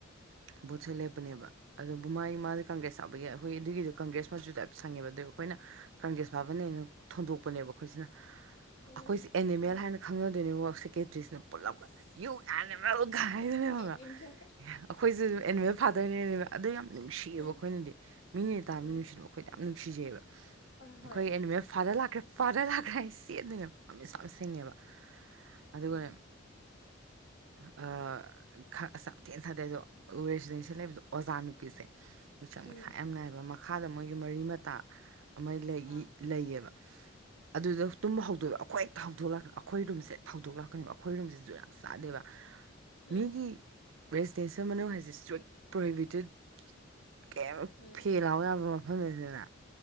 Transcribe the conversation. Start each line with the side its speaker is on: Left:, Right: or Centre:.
Right: ꯕꯣꯠꯁꯦ ꯂꯦꯞꯄꯅꯦꯕ ꯑꯗꯨꯕꯨ ꯃꯥꯒꯤ ꯃꯥꯁꯦ ꯀꯪꯒ꯭ꯔꯦꯁ ꯌꯥꯎꯕꯒꯤ ꯑꯩꯈꯣꯏ ꯑꯗꯨꯒꯤꯗꯣ ꯀꯪꯒ꯭ꯔꯦꯁ ꯃꯆꯨ ꯇꯥꯏꯞ ꯁꯪꯉꯦꯕ ꯑꯗꯨꯒ ꯑꯩꯈꯣꯏꯅ ꯀꯪꯒ꯭ꯔꯦꯁ ꯐꯥꯚꯟꯅꯦꯅ ꯊꯣꯟꯗꯣꯛꯄꯅꯦꯕ ꯑꯩꯈꯣꯏꯁꯤꯅ ꯑꯩꯈꯣꯏꯁꯦ
Left: ꯎꯝ
Right: ꯑꯦꯅꯤꯃꯦꯜ
Left: ꯎꯝ
Right: ꯍꯥꯏꯅ ꯈꯪꯅꯗꯣꯏꯅꯦꯕ ꯁꯦꯀꯦꯇꯔꯤꯁꯤꯅ ꯄꯨꯂꯞ ꯌꯨ ꯑꯦꯅꯤꯃꯦꯜ ꯀꯥꯏꯅꯥꯅꯦ ꯈꯪꯕꯔꯥ
Left: ꯑꯦꯅꯤꯃꯦꯜ
Right: ꯑꯩꯈꯣꯏꯁꯨ ꯑꯦꯅꯤꯃꯦꯜ ꯐꯥꯗꯔꯅꯦꯕ ꯑꯗꯨ ꯌꯥꯝ ꯅꯨꯡꯁꯤꯌꯦꯕ
Left: ꯎꯝ
Right: ꯑꯩꯈꯣꯏꯅꯗꯤ ꯃꯤꯅꯦ ꯇꯥꯕꯗ
Left: ꯎꯝ
Right: ꯅꯨꯡꯁꯤꯗꯕ ꯑꯩꯈꯣꯏꯗꯤ ꯌꯥꯝ ꯅꯨꯡꯁꯤꯖꯩꯌꯦꯕ
Left: ꯍꯣꯏ
Right: ꯑꯩꯈꯣꯏ
Left: ꯍꯣꯏ
Right: ꯑꯦꯅꯤꯃꯦꯜ ꯐꯥꯗꯔ ꯂꯥꯛꯈ꯭ꯔꯦ ꯐꯥꯗꯔ ꯂꯥꯛ ꯀꯥꯏ ꯆꯦꯟꯗꯣꯏꯅꯦꯕ ꯃꯃꯤꯠꯁꯨ ꯌꯥꯝ ꯁꯤꯡꯉꯦꯕ ꯑꯗꯨꯒꯅꯦ
Left: ꯎꯝ
Right: ꯑ ꯈ ꯑꯁ ꯌꯥꯝ ꯊꯤꯅ ꯁꯥꯊꯤ ꯑꯗꯣ ꯔꯦꯁꯤꯗꯦꯟꯁꯦꯜ ꯂꯩꯕꯗꯣ ꯑꯣꯖꯥ ꯅꯨꯄꯤꯁꯦ ꯃꯤꯆꯪ ꯃꯤꯈꯥꯏ
Left: ꯎꯝ
Right: ꯌꯥꯝ ꯅꯥꯏꯕ ꯃꯈꯥꯗ ꯃꯣꯏꯒꯤ ꯃꯔꯤ ꯃꯇꯥ ꯑꯃ ꯂꯩꯢ
Left: ꯑꯥ
Right: ꯂꯩꯌꯦꯕ ꯑꯗꯨꯗ ꯇꯨꯝ ꯍꯧꯗꯣꯛꯑꯦꯕ ꯑꯩꯈꯣꯏ ꯍꯛꯇ ꯍꯧꯗꯣꯛ ꯂꯥꯛꯀꯅꯤ ꯑꯩꯈꯣꯏ ꯔꯨꯝꯁꯦ ꯍꯧꯗꯣꯛ ꯂꯥꯛ ꯀꯩꯅꯣ ꯑꯩꯈꯣꯏꯔꯨꯝꯁꯤꯁꯨ ꯖꯨꯠ ꯌꯝ ꯆꯥꯗꯦꯕ
Left: ꯎꯝ
Right: ꯃꯤꯒꯤ ꯔꯦꯁꯤꯗꯦꯟꯁꯤꯜ ꯃꯅꯨꯡ ꯍꯥꯏꯁꯦ ꯁꯇ꯭ꯔꯤꯛ ꯄ꯭ꯔꯣꯍꯤꯕꯤꯇꯦꯠ ꯀꯩꯝ
Left: ꯎꯝ
Right: ꯐꯦꯜ ꯂꯎ ꯌꯥꯕ ꯃꯐꯝꯗ ꯅꯠ꯭ꯇꯦꯗꯅ